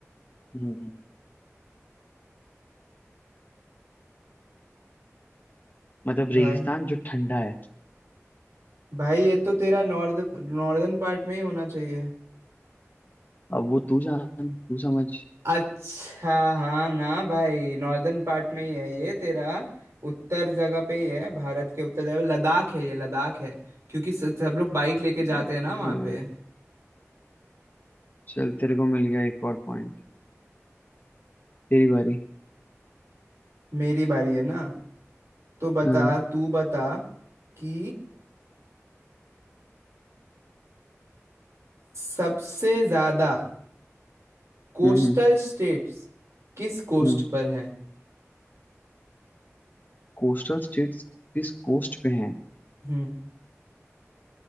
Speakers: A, on the left; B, on the right.
A: हम्म मतलब
B: भाई
A: रेगिस्तान जो ठंडा है
B: भाई ये तो तेरा नॉर्थ नॉर्दर्न पार्ट में ही होना चाहिए
A: अब वो तू जान तू समझ
B: अच्छा हाँ ना भाई नॉर्दर्न पार्ट में ही है ये तेरा उत्तर जगह पे ही है भारत के उत्तर जगह लद्दाख है ये लद्दाख है क्योंकि स- सब लोग बाइक लेके
A: अ,
B: जाते हैं ना वहाँ पे
A: चल तेरे को मिल गया एक और पॉइंट तेरी बारी
B: मेरी बारी है ना तो बता
A: हाँ
B: तू बता कि सबसे ज्यादा कोस्टल
A: हम्म हम्म
B: स्टेट्स किस कोस्ट
A: हम्म
B: पर हैं
A: कोस्टल स्टेट्स किस कोस्ट पे हैं
B: हम्म